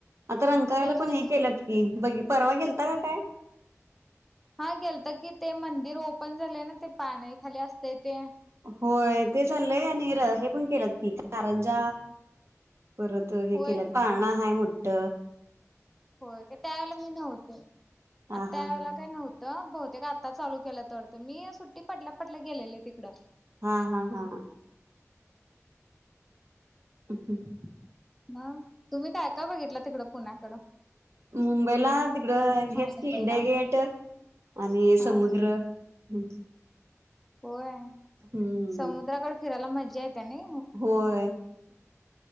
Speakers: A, on the right; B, in the centre.
A: आता रंकाळ्याला पण
B: गेल
A: हे केल्यात की बघी परवा गेलता का काय
B: हा गेलतो कि ते मंदिर ओपन झालंय ना ते पाणी खाली असतय ते
A: होय ते चाललंय आणि र हे पण केलंत की कारंजा परत त हे
B: होय
A: केलं पाळणां हाय मोट
B: होय <unintelligible> त्यावेेळेला मी नव्हते
A: हा
B: आ त्या
A: हा
B: वेळेला
A: हा
B: काय नव्हतं बहुते का आत्ता चाल केलं तरत मीट टी पडल्या पडल्या गेलेले तिकड
A: हा हा हा हा. <unintelligible>
B: मग तुम्ही काय का बघितला तिकडं पुण्याकडं
A: मुंबईला तिकडं
B: हा
A: हेच
B: मुंबईला
A: की इंडिया गेट आणि
B: हा
A: समुद्र हम्म
B: होय
A: हम्म
B: समुद्राकडे फिरायला मजा येते आणि
A: होय